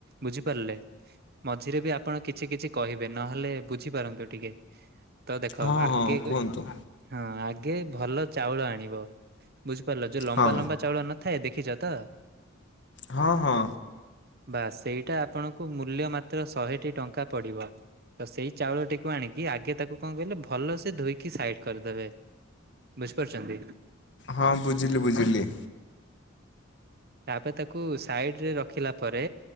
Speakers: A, on the right (about 45°); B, on the left (about 55°).
A: ବୁଝିପାରିଲେ? ମଝିରେ ବି ଆପଣ କିଛି କିଛି କହିବେ ନହେଲେ ବୁଝିପାରନ୍ତୁ ଟିକେ ତ ଦେଖ
B: ହଁ
A: ଆଗେ
B: ହଁ କୁହନ୍ତୁ
A: ହଁ ଆଗେ ଭଲ ଚାଉଳ ଆଣିବ। ବୁଝିପାରିଲ ଯୋଉ ଲମ୍ବା
B: ହଁ
A: ଲମ୍ବା ଚାଉଳ ନଥାଏ, ଦେଖିଛ ତ?
B: ହଁ ହଁ
A: ବାସ୍ ସେଇ ଆପଣଙ୍କୁ ମୂଲ୍ୟ ମାତ୍ର ଶହେଟି ଟଙ୍କା ପଡ଼ିବ। ତ ସେଇ ଚାଉଳଟିକୁ ଆଣିକି ଆଗେ ତାକୁ କଣ କହିଲେ ଭଲ ସେ ଧୋଇକି ସାଇଡ୍ କରିଦେବେ। ବୁଝିପାରୁଛନ୍ତି।
B: ହଁ ବୁଝିଲି ବୁଝିଲି।
A: ତାପରେ ତାକୁ ସାଇଡରେ ରଖିଲା ପରେ